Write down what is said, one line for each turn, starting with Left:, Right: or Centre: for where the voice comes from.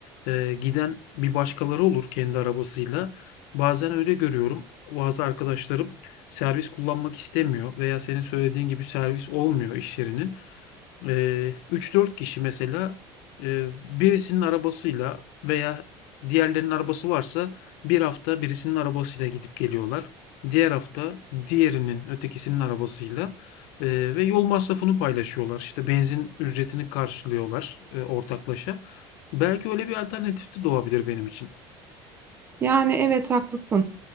Left: eee, giden bir başkaları olur kendi arabasıyla. Bazen öyle görüyorum. Bazı arkadaşlarım servis kullanmak istemiyor veya senin söylediğin gibi servis olmuyor iş yerinin. Eee, 3-4 kişi mesela eee, birisinin arabasıyla veya diğerlerinin arabası varsa bir hafta birisinin arabasıyla gidip geliyorlar. Diğer hafta diğerinin ötekisinin arabasıyla eee, ve yol masrafını paylaşıyorlar. İşte benzin ücretini karşılıyorlar eee, ortaklaşa. Belki öyle bir alternatif de doğabilir benim için.
Right: Yani evet haklısın.